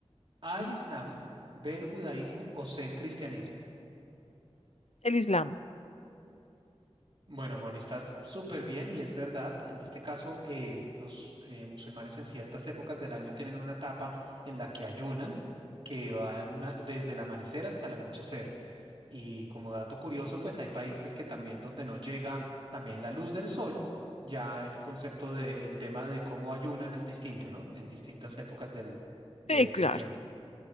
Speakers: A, on the right (about 50°); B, on the left (about 80°).
A: ¿A
B: Ujú.
A: el Islam, B el judaísmo o C el cristianismo?
B: El Islam.
A: Bueno, Moni, estás súper bien y es verdad. En este caso, eh, los eh, musulmanes en ciertas épocas del año tienen una etapa en la que ayunan, que va una- desde el amanecer hasta el anochecer. Y como dato curioso, pues hay países que también donde no llega también la luz del sol, ya el concepto de, el tema de cómo ayunan es distinto, ¿no? En distintas épocas del, de,
B: Sí, claro.
A: de tiempo.